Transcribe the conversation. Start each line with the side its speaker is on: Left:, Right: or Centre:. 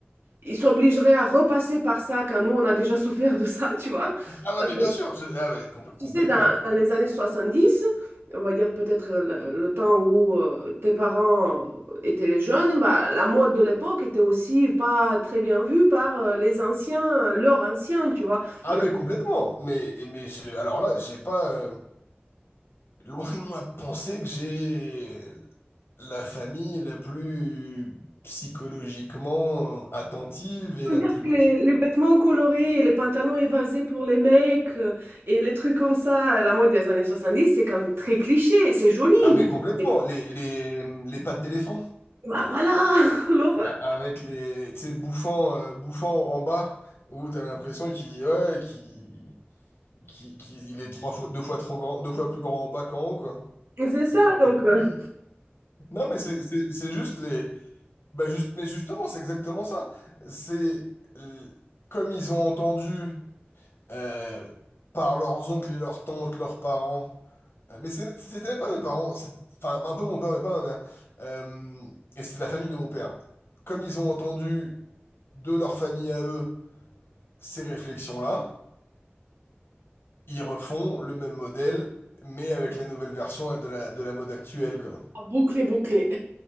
Right: ils s'obligeraient à repasser par ça quand nous on a déjà souffert de ça, <laughs> tu vois.
Left: Ah non,
Right: Euh,
Left: mais bien sûr, je- ah, bah, compl- complètement.
Right: Tu sais, dans, dans les années 70, on va dire peut-être le, le temps où euh, tes parents étaient jeunes, bah, la mode de l'époque était aussi pas très bien vue par euh, les anciens, euh, leurs anciens, tu vois.
Left: Ah
Right: Donc,
Left: mais complètement. Mais, mais je- alors là, j'ai pas euh, loin de moi de penser que j'ai la famille la plus psychologiquement attentive et
Right: on
Left: la
Right: peut dire
Left: plus...
Right: que les, les vêtements colorés, les pantalons évasés pour les mecs euh, et les trucs comme ça, la mode des années 70, c'est quand même très cliché, c'est joli.
Left: Ah mais complètement.
Right: mais-
Left: Les, les, les pattes d'éléphant
Right: Bah voilà, <laughs> l'horreur.
Left: a- avec les, tu sais, bouffant, euh, bouffant en bas où t'as l'impression qu'il ouais, qu'il, qu'il- qu'il- il est trois fois, deux fois trop grand, deux fois plus grand en bas qu'en haut, quoi.
Right: C'est
Left: C'est
Right: ça,
Left: particulier.
Right: donc euh,
Left: Non mais c'est c'est- c'est juste Bah juste, mais justement, c'est exactement ça. C'est euh, comme ils ont entendu euh, par leurs oncles et leurs tantes, leurs parents. euh, mais c'est- c'était même pas mes parents. c'est- Enfin, un peu mon père, mais pas ma mère. euh, et c'est la famille de mon père. Comme ils ont entendu de leur famille à eux ces réflexions-là, ils refont le même modèle, mais avec la nouvelle version de la, de la mode actuelle, quoi.
Right: Ah, bouclé, bouclé.